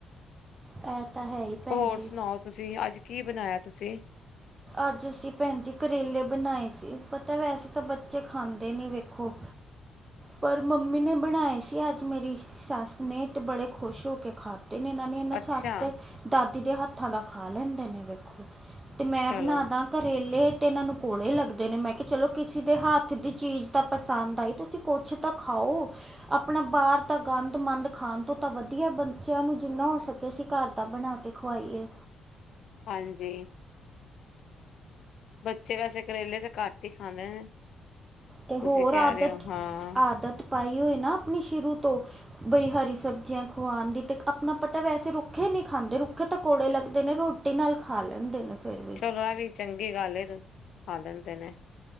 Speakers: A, on the right; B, on the left.
A: ਇਹ ਤਾਂ ਹੈ ਹੀ ਭੈਣ
B: ਹੋਰ
A: ਜੀ।
B: ਸੁਣਾਓ? ਤੁਸੀਂ ਅੱਜ ਕੀ ਬਣਾਇਆ, ਤੁਸੀਂ?
A: ਅੱਜ ਅਸੀਂ ਭੈਣ ਜੀ ਕਰੇਲੇ ਬਣਾਏ ਸੀ, ਪਤਾ ਵੈਸੇ ਤਾਂ ਬੱਚੇ ਖਾਂਦੇ ਨਹੀਂ ਵੇਖੋ। ਪਰ ਮੰਮੀ ਨੇ ਬਣਾਏ ਸੀ ਅੱਜ ਮੇਰੀ। ਸੱਸ ਨੇ, ਤੇ ਬੜੇ ਖੁਸ਼ ਹੋ ਕੇ ਖਾਧੇ ਇਹਨਾ ਨੇ ਇਹ ਨਾ
B: ਅੱਛਾ
A: ਸੱਸ ਤੇ ਦਾਦੀ ਦੇ ਹੱਥਾਂ ਦਾ ਖਾ ਲੈਂਦੇ ਨੇ ਵੇਖੋ, ਤੇ ਮੈਂ
B: ਚਲੋ
A: ਬਣਾਦਾ ਕਰੇਲੇ ਤੇ ਇਹਨਾਂ ਨੂੰ ਕੋਲੇ ਲੱਗਦੇ ਨੇ, ਮੈਂ ਕਿਹਾ ਚਲੋ ਕਿਸੇ ਦੇ ਹੱਥ ਦੀ ਚੀਜ਼ ਤਾਂ ਪਸੰਦ ਆਈ, ਤੁਸੀਂ ਕੁਛ ਤਾਂ ਖਾਓ, ਆਪਣਾ ਬਾਹਰ ਤਾਂ ਗੰਦ- ਮੰੰਦ ਖਾਣ ਤੋਂ ਤਾਂ ਵਧੀਆ, ਬੱਚਿਆਂ ਨੂੰ ਜਿੰਨਾ ਹੋ ਸਕੇ ਅਸੀਂ ਘਰ ਦਾ ਬਣਾ ਕੇ ਖਵਾਈਏ।
B: ਹਾਂਜੀ। ਬੱਚੇ ਵੈਸੇ ਕਰੇਲੇ ਤੇ ਘੱਟ ਹੀ ਖਾਂਦੇ ਨੇ।
A: ਤੇ ਹੋਰ
B: ਤੁਸੀਂ ਕਹਿ
A: ਆਦਤ,
B: ਰਹੇ ਹੋ ਹਾਂ
A: ਆਦਤ ਪਾਈ ਹੋਈ ਨਾ ਆਪਣੀ ਸ਼ੁਰੂ ਤੋਂ, ਬਈ ਹਰੀ ਸਬਜ਼ੀਆਂ ਖਵਾਉਣ ਦੀ ਤੇ ਆਪਣਾ ਪਤਾ ਵੈਸੇ ਰੁਕ ਰੁੱਖੇ ਨੀ ਖਾਂਦੇ, ਰੁੱਖੇ ਤ, ਕੌੜੇ ਲੱਗਦੇ ਨੇ, ਰੋਟੀ ਨਾਲ ਖਾ ਲੈਂਦੇ ਨੇ ਫਿਰ ਵੀ
B: ਚਲੋ ਵੀ ਚੰਗੀ ਗੱਲ ਹੈ ਆ ਖਾ ਲੈਂਦੇ ਨੇ।